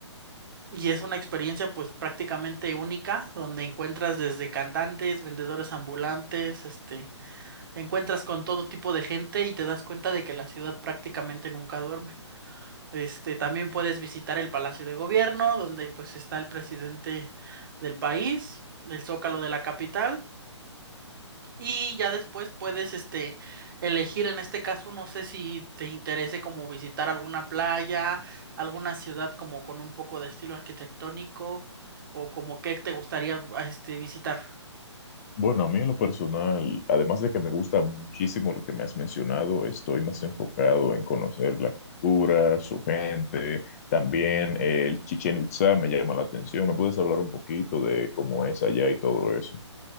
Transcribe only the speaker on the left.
Bueno, a mí en lo personal, además de que me gusta muchísimo lo que me has mencionado, estoy más enfocado en conocer la cultura, su gente, también el Chichén Itzá me llama la atención. ¿Me puedes hablar un poquito de cómo es allá y todo eso?